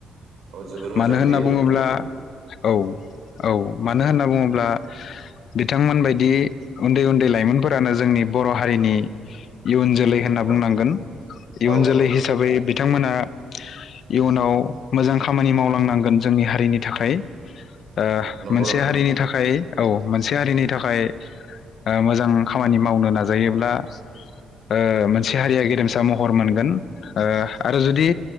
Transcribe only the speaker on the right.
औ जोबोर मोजां
बेयो
औ
औ
औ नंगौ नोंथां